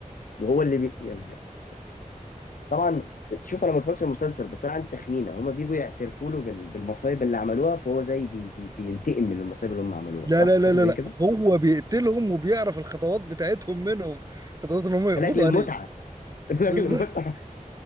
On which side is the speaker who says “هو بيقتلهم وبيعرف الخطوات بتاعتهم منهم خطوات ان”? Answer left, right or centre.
Right